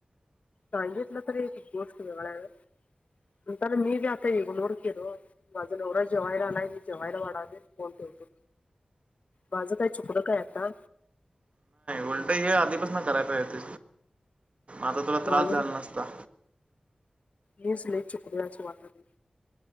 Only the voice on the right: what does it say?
उलटं हे आधीपास ना कराय पाहिजे असत तुला त्रास
झाला नसता